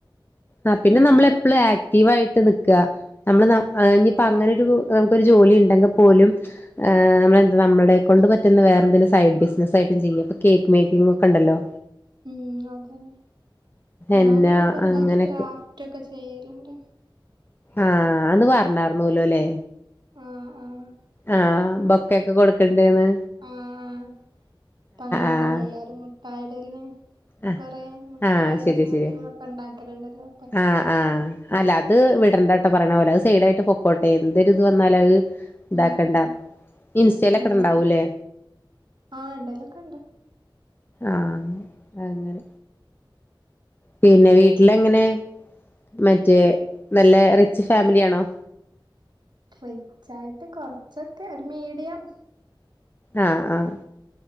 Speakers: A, on the left; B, on the right.
A: ആ പിന്നെ
B: ഇൻക്ക്
A: നമ്മളെപ്പളും ആക് ക്റ്റിവായിട്ട് നിക്ക നമ്മള് ന്ന ഇനിയിപ്പോ അങ്ങനൊരു നമുക്കൊരു ജോലി ഉണ്ടെങ്കി പോലും. ഏഹ് നമ്മളെന്താ നമ്മളെ കൊണ്ട് പറ്റുന്ന വേറെന്തെങ്കിലും സൈഡ് ബിസിനസ് ആയിട്ടും ചെയ്യ ഇപ്പ കേക്ക് മേക്കിങ്ങും. ഒക്കെണ്ടല്ലോ.
B: ഉം അതന്നെ ഞാന്ങ്ങനെ
A: എന്നാ
B: ചെർതായിട്ട്
A: അങ്ങനെയൊക്കെ
B: ക്രാഫ്റ്റ് ഒക്കെ ചെയ്യല്ണ്ട്‌.
A: ആഹ് അന്ന് പറഞാർന്നുലോല്ലേ?
B: ആഹ് ആഹ്
A: ആഹ് ബൊക്കക്കെ കൊടുക്ക്‌ണ്ട്‌ന്ന്.
B: ആഹ് പ്പ അങ്ങനെയാണല്ലോ
A: ആഹ്
B: എല്ലാരും മുട്ടായിടൽന്
A: ആഹ്
B: കൊറേ മുട്ടായിം
A: ആഹ് ശരിയാ
B: സാധനങ്ങളൊ
A: ശരിയാ
B: ക്കെണ്ടാക്കലുണ്ടല്ലോ.
A: ആഹ് ആഹ് അല്ല അത് വിടണ്ടാട്ടോ പറയ്ണ പോലെ അത് സൈഡായിട്ട് പൊക്കോട്ടെ എന്തൊരിത് വന്നാലും അത്. ഇതാക്കണ്ട
B: ഉം ഉം
A: ഇൻസ്റ്റെലൊക്കെ
B: അതെ
A: ഇട്ണ്ടാവൂലേ?
B: നമ്മ ആഹ് ഇടലൊക്കെ ഉണ്ട്
A: ആഹ് അങ്ങനെ. പിന്നെ വീട്ട്ല് എങ്ങനെ മറ്റേ നല്ല റിച്ച് ഫാമിലിയാണോ?
B: റിച്ചായിട്ട് കൊറച്ചൊക്കെ ഒരു മീഡിയം.
A: ആഹ് ആഹ്